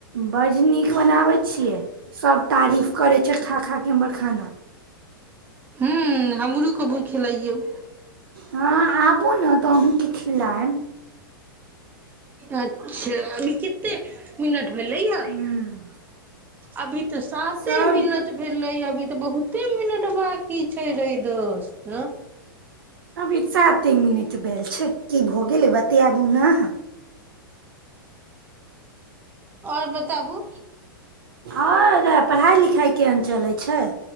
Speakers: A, on the right; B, on the right.
A: बड्ड नीक बनाबै छियै सभ तारीफ करै छै खा खा कऽ हमर खाना
B: हूँ हमरो कभू खिलैइयौ
A: हँ आब- -बू ने तऽ अन्हु खिलायब
B: अच्छा लि- कते मिनट भेलैया
A: हूँ
B: अभी त साते
A: सब
B: मिनट भेलैय अभी ते बहुते मिनट बाँ- की छै रै दोस्त ऐं
A: अभी साते मिनट भेल छै की भऽ गेलै बतियाबु ने अहाँ
B: आओर बताबू
A: आओर पढ़ाइ लिखाइ केहन चलै छै